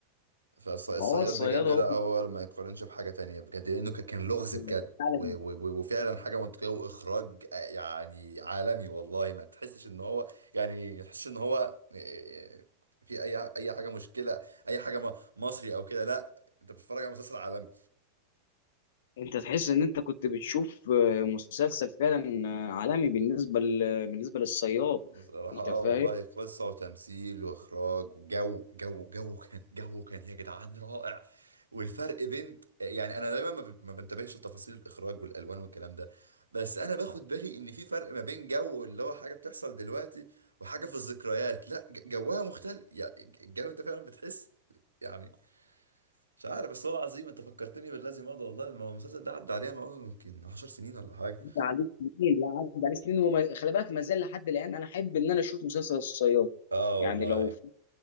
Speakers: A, on the right; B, on the left.
A: فالصياد
B: ما هو الصياد
A: بجد
B: هو
A: لا هو ما يقارنش بحاجة تانية بجد لأنه ك- كان لغز
B: بيعمل-
A: بجد و و و وفعلا حاجة منطقية وإخراج آه، يعني عالمي والله ما تحسش إن هو يعني ما تحسش إن هو آه، في أي أي حاجة مشكلة أي حاجة م- مصري أو كده لا أنت بتتفرج على مسلسل عالمي
B: انت تحس ان انت كنت بتشوف آه، مسلسل فعلا آه، عالمي بالنسبه ل- بالنسبه للصياد
A: بصراحة
B: انت
A: اه
B: فاهم
A: والله قصة وتمثيل واخراج وجو جو جو كان جو كان يا جدعان رائع والفرق بين يعني انا دايما ما ب- ما بنتبهش لتفاصيل الاخراج والالوان والكلام ده بس انا باخد بالي ان في فرق ما بين جو اللي هو حاجة بتحصل دلوقتي وحاجة في الذكريات لا ج- جوها مختلف يعني الجو انت فعلا بتحس يعني مش عارف بس هو عظيم انت فكرتني بالذي مضى والله ما هو المسلسل ده عدى عليها ما هو يمكن 10 سنين ولا حاجة
B: انت عليك سنين لا عدى عليك سنين وما... خلي بالك ما زال لحد الان انا احب ان انا اشوف مسلسل الصياد
A: اه
B: يعني
A: والله
B: لو